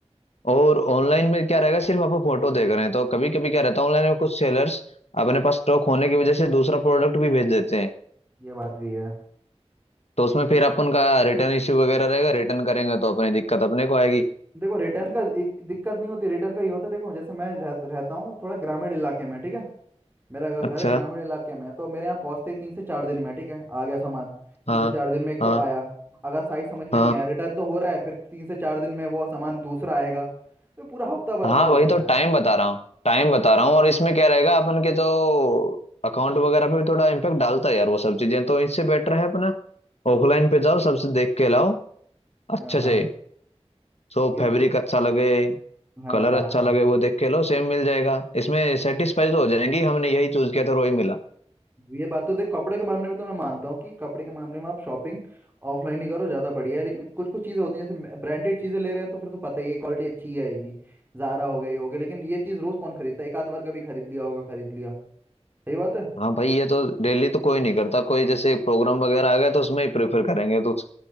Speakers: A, on the left (about 70°); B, on the right (about 20°).
A: और ऑनलाइन में क्या रहेगा सिर्फ आप फोटो देख रहे हैं तो कभी कभी क्या रहता है ऑनलाइन में कुछ सेलर्स अपने पास स्टॉक होने की वजह से दूसरा प्रोडक्ट भी भेज देते हैं
B: ये बात भी है
A: तो उसमें फिर अपन का रिटर्न इश्यू वगैरह रहेगा रिटर्न करेंगे तो अपनी दिक्कत अपने को आएगी
B: देखो रिटर्न का इ- दिक्कत नहीं होती रिटर्न का ये होता है देखो जैसे मैं रह, रहता हूँ थोड़ा ग्रामीण इलाके में ठीक है मेरा घ-
A: अच्छा
B: घर ग्रामीण इलाके में है तो मेरे यहाँ पहुँचते ही तीन से चार दिन में ठीक है आ गया सामान
A: हाँ
B: तीन से चार दिन में एक
A: हाँ
B: तो आया अगर साइज समझ में
A: हाँ
B: नहीं आया रिटर्न तो हो रहा है फिर तीन से चार दिन में वो सामान दूसरा आएगा तो पूरा हफ्ता बर्बाद
A: हाँ
B: हो
A: वही
B: जाता
A: तो टाइम
B: है
A: बता रहा हूँ टाइम बता रहा हूँ और इसमें क्या रहेगा अपन के जो अकाउंट वगैरह पे भी थोड़ा इम्पेक्ट डालता है यार वो सब चीजें तो इससे बेटर है अपना ऑफलाइन पे जाओ सबसे देख के लाओ अच्छे
B: हाँ हाँ
A: से तो
B: ये
A: फैब्रिक
B: तो
A: अच्छा लगे
B: हाँ
A: कलर
B: हाँ
A: अच्छा
B: हाँ
A: लगे वो देख के लो सेम मिल जाएगा इसमें सेटिस्फाइड हो जाएंगी हमने यही चूज किया था और वही मिला
B: ये बात तो देख कपड़े के मामले में तो मैं मानता हूँ कि कपड़े के मामले में आप शॉपिंग ऑफलाइन ही करो ज़्यादा बढ़िया है लेकिन कुछ कुछ चीज़ें होती हैं जैसे ब्रांडेड चीज़ें ले रहे हैं तो फिर तो पता ही है क्वालिटी अच्छी ही आएगी ज़ारा हो गई हो गई लेकिन ये चीज़ रोज़ कौन खरीदता है एक आध बार कभी खरीद लिया होगा खरीद लिया सही बात है
A: हाँ भाई ये तो डेली तो कोई नहीं करता कोई जैसे प्रोग्राम वगैरह आ गया तो उसमें ही प्रेफर करेंगे तो